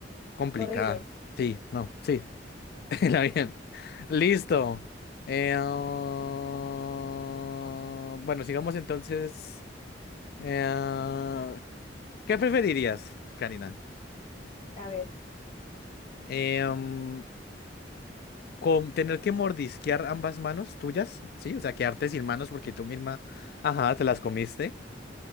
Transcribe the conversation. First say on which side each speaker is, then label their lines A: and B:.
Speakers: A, on the left (about 55°); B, on the left (about 35°).
A: complicada.
B: Horrible.
A: Sí, no, sí, <laughs> el avión. Listo. Eh, ah, Bueno, sigamos entonces. Eh, ah, ¿qué preferirías, Karina?
B: A ver.
A: Eh, mm, con tener que mordisquear ambas manos tuyas, ¿sí? O sea, quedarte sin manos porque tú misma, ajá, te las comiste.